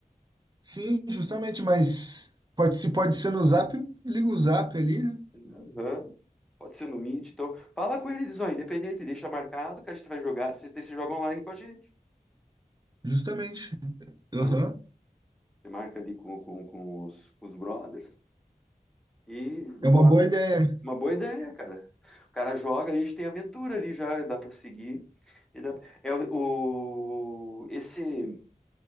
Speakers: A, on the right; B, in the centre.
A: Sim, justamente, mas pode, se pode ser no Zap, liga o Zap ali, né?
B: Aham. Pode ser no Meet. Então, fala com eles, ó, independente, deixa marcado que a gente vai jogar, você, você joga online com a gente,
A: Justamente. Aham.
B: né? Você marca ali com, com, com os, com os brothers e bora.
A: É uma boa ideia.
B: Uma boa ideia, cara. O cara joga, a gente tem aventura ali já, dá pra seguir. E dá- É o, o- esse